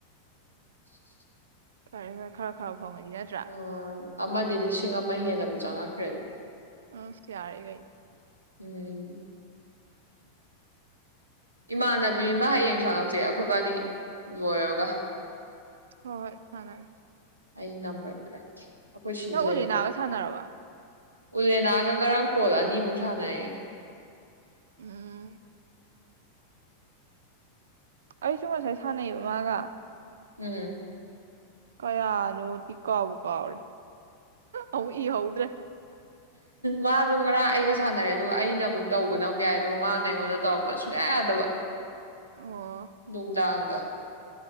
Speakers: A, on the right; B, on the right.
A: <inaudible>
B: ꯐꯔꯦ ꯐꯔꯦ ꯈꯔ ꯈꯔ ꯐꯪꯉꯗꯤ ꯅꯠꯇ꯭ꯔꯥ
A: ꯑꯃ ꯑꯃꯗꯤ ꯂꯤꯁꯤꯡ ꯑꯃ ꯍꯦꯟꯅ ꯕꯨ ꯆꯪꯉꯛꯈ꯭ꯔꯦꯗ
B: ꯑꯁ ꯌꯥꯔꯦ ꯀꯩꯅꯣ
A: ꯎꯝ ꯏꯃꯥꯟꯅꯕꯤ ꯃꯥ ꯍꯌꯦꯡ ꯁꯥꯟꯅꯧꯁꯦ ꯑꯩꯈꯣꯏꯕꯥꯅꯤ ꯂꯣꯏꯔꯒ
B: ꯍꯣꯏ ꯍꯣꯏ ꯃꯥꯟꯅ
A: ꯑꯩ ꯅꯝꯕꯔ ꯄꯤꯔꯛꯀꯦ ꯑꯩꯈꯣꯏ ꯁꯤ
B: ꯅꯪ
A: ꯂꯩꯃꯤꯟꯅꯕ
B: ꯎ ꯂꯦ ꯅꯥꯒ ꯁꯥꯟꯅꯔꯕ
A: ꯎꯂꯦꯅꯥꯒ ꯉꯔꯥꯡ ꯀꯣꯜ ꯑꯅꯤꯃꯨꯛ ꯁꯥꯟꯅꯩ
B: ꯎꯝ ꯑꯩꯁꯨ ꯉꯁꯥꯏ ꯁꯥꯟꯅꯩꯑꯕ ꯃꯥꯒ
A: ꯎꯝ
B: ꯀꯌꯥꯅꯣꯗꯤ ꯀꯥꯎꯕ ꯀꯥꯎꯔꯦ ꯑꯃꯨꯛ ꯏꯍꯧꯗ꯭ꯔꯦ
A: ꯃꯥꯗꯣ ꯉꯔꯥꯡ ꯑꯩꯒ ꯁꯥꯟꯅꯔꯦ ꯑꯗꯨ ꯑꯩꯅ ꯑꯃꯨꯛ ꯇꯧꯕꯅ ꯌꯥꯏ ꯑꯗꯣ ꯃꯥꯅ ꯑꯩꯉꯣꯟꯗ ꯇꯧꯔꯛꯄꯗ ꯁꯨꯡꯌꯥ ꯌꯥꯗꯕ
B: ꯑꯣ
A: ꯅꯨꯡꯗꯥꯥꯡ ꯑꯥ